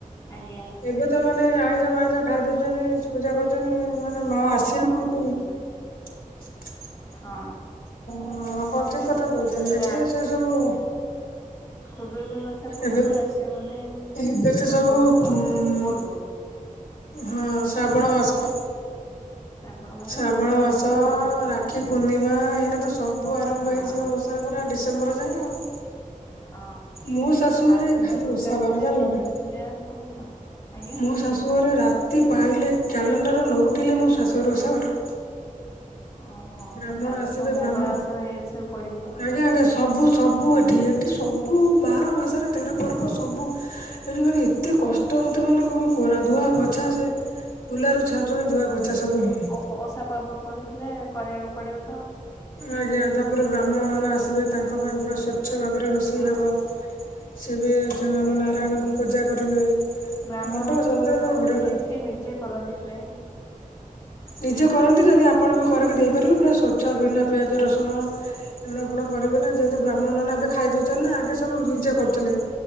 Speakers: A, on the left; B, on the left.
A: ଆଜ୍ଞା।
B: ଏବେ ତ ମାନେ ଆଇଁଷ ମାଇଁଷ ଖାଇ ଦଉଛନ୍ତି ପୂଜା କରୁଛନ୍ତି ମାନେ ମା ଆସିଲା ପୂର୍ବରୁ
A: ଆଛା।
B: <inaudible>
A: ହଁ।
B: ହ ଆପଣ ଠିକ କଥା କହୁଛନ୍ତି
A: ତାପରେ
B: ଏବେ ସେ ସବୁ
A: ଖୁଦୁୁରକୁଣୀ ଓଷା ପୂର୍ବରୁ
B: ଏବେ
A: ଆସେ ବୋଧେ
B: ଏବେ ତ
A: ଯୋଉ
B: ସବୁ
A: କଣ
B: ଉଁ
A: ତ ବୋଲବମ୍।
B: ହଁ ଶ୍ରାବଣ ମାସ।
A: ଶ୍ରାବଣ ମାସ
B: ଶ୍ରାବଣ
A: ବୋଲବମ୍
B: ମାସ
A: ସବୁ ଯିବେ
B: ରାକ୍ଷୀ ପୂର୍ଣ୍ଣିମା ଏଇନା ତ ସବୁ ଆରମ୍ଭ
A: ହଁ।
B: ହେଇଯିବ ଓଷା। ପୁରା ଡିସେମ୍ବର ଯାଏଁ ଆଉ।
A: ହଁ
B: ମୋ ଶାଶୁ
A: ତାପରେ
B: ଘରେ
A: ପୁଣି
B: ଭାରି
A: ଦୁର୍ଗା
B: ଓଷା ବାର
A: ପୂଜା
B: ଜାଣିଲ
A: ଲକ୍ଷ୍ମୀ
B: ନା।
A: ପୂଜା ସବୁ ଆଉ। ଆଜ୍ଞା
B: ମୋ ଶାଶୁଘରେ ରାତି ପାହିଲେ କ୍ୟାଲେଣ୍ଡର ନଉଟିଲେ ମୋ ଶାଶୁଘର ଓଷା ବାର।
A: ଓହୋ
B: ବ୍ରାହ୍ମଣ
A: ତାପରେ
B: ଆସିବେ
A: ସବୁ ମଙ୍ଗଳା
B: ବ୍ରାହ୍ମ
A: ଓଷା ଭାରି ଇଆଡେ ସବୁ ପଡ଼ିଯିବ।
B: ଆଜ୍ଞା ଆଜ୍ଞା ସବୁ ସବୁ ଏଠି ଏଠି ସବୁ ବାର ମାସରେ ତେର ପର୍ବ ସବୁ ଏଠି ମାନେ ଏତେ କଷ୍ଟ ମତେ ମାନେ କଣ କୁହନା ଧୁଆ ପୋଛା
A: ଓହୋ।
B: ସେ କୁଲାରୁ ଛାଞ୍ଚୁଣି ଧୁଆ ପୋଛା ସବୁ ହବ।
A: ପଷା ପର୍ବ ପଡୁଥିଲେ କରିବାକୁ ପଡ଼ିବ।
B: ଆଜ୍ଞା ତାପରେ ବ୍ରାହ୍ମଣ ନନା ଆସିବେ ତାଙ୍କ ପାଇଁ ପୁରା ସ୍ୱଚ୍ଛ ଭାବରେ ରୋ ଷେଇ
A: ହଁ
B: ହବ ସିଏ ବି
A: ଆଜ୍ଞା
B: ଆମ ନାରାୟଣଙ୍କୁ ପୂଜା କରିବେ।
A: ବ୍ରାହ୍ମଣଙ୍କର
B: ଘଣ୍ଟ ଶବ୍ଦ କଣ
A: ରୋଷେଇ
B: ବଢିଆ ଲାଗେ
A: ସିଏ ନିଜେ କରନ୍ତି ପ୍ରାୟେ।
B: ନିଜେ କରନ୍ତି ଯଦି ଆପଣ ବି କରିକି ଦେଇପାରିବେ ପୁରା ସ୍ୱଚ୍ଛ ବିନା ପିଆଜ ରସୁଣ ଲୁଣ ଫୁଣ ପରିବନା ଯୋଉଠି ବ୍ରାହ୍ମଣ ନନା ଏବେ ଖାଇଦୋଉଛନ୍ତିନା ଆଗେ ସବୁ ନିଜେ କରୁଥିଲେ
A: ହୁଁ